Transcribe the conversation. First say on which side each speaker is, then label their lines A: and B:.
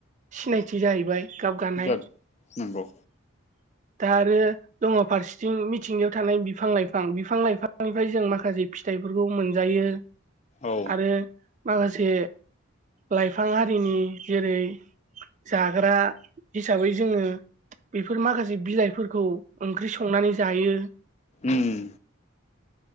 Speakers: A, on the right (about 35°); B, on the left (about 30°).
A: सिनायथि जाहैबाय। गाब गानाय
B: <unintelligible> नोंगौ।
A: दा आरो दङ फारसेथिं मिथिंगायाव थानाय बिफां लाइफां बिफां लाइफांनिफ्राय जों माखा से फिथाइफोरखौ मोनजायो
B: औ
A: आरो माखा से लाइफां हारिनि जेरै जाग्रा हिसाबै जोङो बेफोर माखासे बिलाइफोरखौ ओंख्रि स संनानै जायो।
B: उम